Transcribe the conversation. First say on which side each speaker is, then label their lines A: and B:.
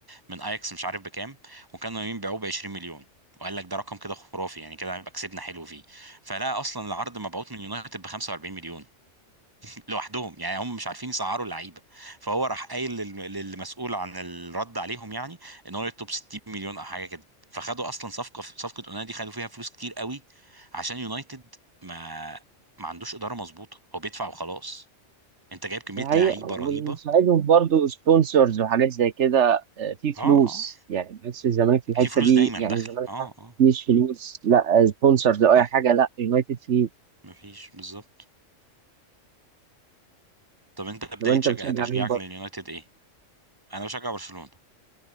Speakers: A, on the right; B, on the right.
A: من اياكس مش عارف بكام وكانوا يمين بيعوه ب 20 مليون وقال لك ده رقم كده خرافي يعني كده هيبقى كسبنا حلو فيه فلا اصلا العرض مبعوت من يونايتد ب 45 مليون <laughs> لوحدهم يعني هم مش عارفين يسعروا اللعيبه فهو راح قايل لل- للمسؤول عن الرد عليهم يعني ان هو يطلب 60 مليون او حاجه كده فخدوا اصلا صفقه صفقه اونانا دي خدوا فيها فلوس كتير قوي عشان يونايتد ما ما عندوش اداره مظبوطه هو بيدفع وخلاص انت جايب كميه
B: الحقيقة
A: لعيبه رهيبه
B: ونساعدهم برضو سبونسرز وحاجات زي كده آه، في فلوس
A: اه اه
B: يعني بس الزمالك في
A: في
B: الحتة
A: فلوس
B: دي
A: دايما
B: يعني
A: داخله
B: الزمالك
A: اه
B: حتى
A: اه
B: مفيش فلوس لا سبونسرز أو أي
A: صح
B: حاجة لا يونايتد فيه
A: مفيش بالظبط طب انت بداية
B: لو أنت
A: شجع...
B: بتشجع
A: تشجيعك
B: مين برضه
A: لليونايتد ايه؟ انا بشجع برشلونة